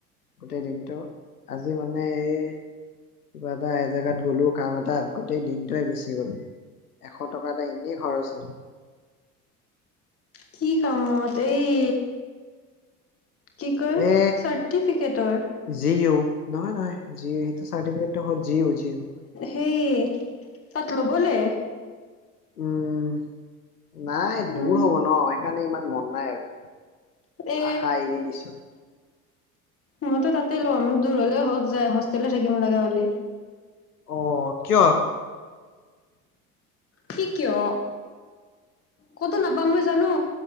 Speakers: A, on the left; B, on the left.
A: গোটেই দিনটো আজি মানে এই কিবা এটা এজেগাত গলো কাম এটাত গোটেই দিনটোৱে গুচি গ'ল এশ টকা এটা এনেই খৰচ হল।
B: কি কামত এই কি কয়
A: এ
B: চাৰ্টিফিকেটৰ
A: জিও নহয় নহয় জিঅ' সেইটো চাৰ্টিফিকেতটো হ'ল জিঅ' জিঅ'
B: হেই তাত ল'বলে
A: উম নাই
B: উম
A: দূৰ হব ন সেইকাৰণে ইমান মন নাই আৰু
B: এ
A: আশা এৰি দিছো
B: মইতো তাতে লম, দূৰলে হওক যাই হোষ্টেলে থাকিম লগা হলি
A: অ, কিয় আকৌ?
B: কি কিয়, কতো নাপাম মই জানো